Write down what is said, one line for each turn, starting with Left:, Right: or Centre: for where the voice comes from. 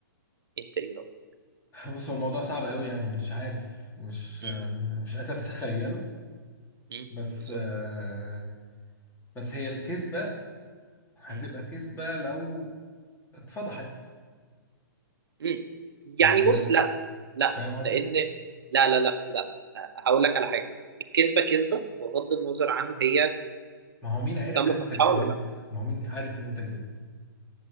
Right: انت ايه رأيك
Left: <laughs> بص هو الموضوع صعب قوي يعني مش عارف مش
Right: مم.
Left: مش قادر اتخيله
Right: مم.
Left: بس
Right: بالظبط
Left: آه، بس هي الكذبة هتبقى
Right: مم.
Left: كذبة لو اتفضحت
Right: مم.
Left: يعني
Right: يعني
Left: لو
Right: بص لا لا
Left: فاهم قصدي
Right: لان لا لا لا لا هقول لك على حاجة الكذبة كذبة بغض النظر عن هي
Left: ما هو مين عارف
Right: تم
Left: ان انت
Right: فتحها
Left: كذبت
Right: ولا لا
Left: ما هو مين عارف ان انت كذبت